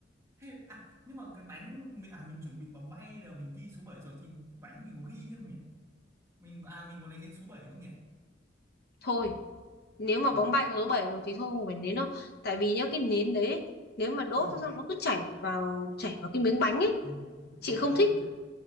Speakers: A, on the right (about 15°); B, on the left (about 60°).
A: hay là, à nhưng mà cái bánh mình à mình chuẩn bị bóng bay rồi mình ghi số 7 rồi thì bánh mình có ghi chứ không nhỉ mình à mình có lấy cái số bảy không nhỉ
B: Thôi, nếu mà
A: thôi
B: bóng bay có số 7 rồi thì thôi không phải nến đâu. Tại vì nhá cái nến đấy nếu mà đốt
A: ừ.
B: ra xong nó cứ chảy vào chảy vào cái miếng bánh ấy,
A: ừ, để
B: chị không
A: lâu
B: thích.
A: nó chảy